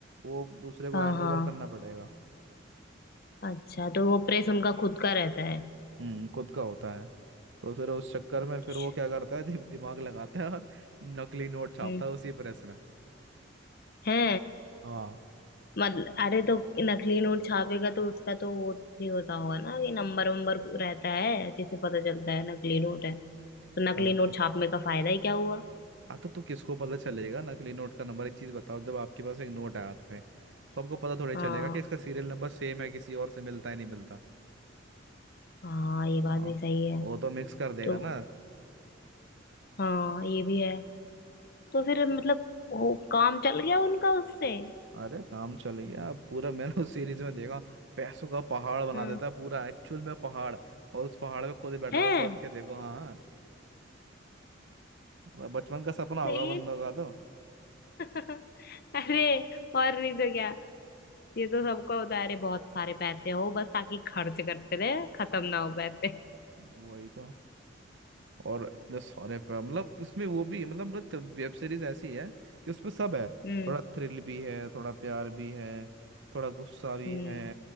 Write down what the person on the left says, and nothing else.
हाँ
हाँ
अच्छा तो वो प्रेस उनका खुद का रहता है
अच्छा
हम्म
है
मतलब अरे तो नकली नोट छापेगा तो उसका तो वो भी होता होगा ना कि नंबर वंबर रहता है जिससे पता चलता है नकली नोट है तो नकली
नोट
छापने का फायदा ही क्या हुआ
हाँ
हाँ ये बात
भी सही है
तो
हाँ ये भी है तो फिर मतलब वो काम चल गया उनका उससे
हम्म
है
लेकिन
<laughs> अरे और नहीं तो क्या ये तो सबका होता है अरे बहुत सारे पैसे हो बस ताकि खर्च करते रहे खत्म ना हो पैसे
हम्म
हम्म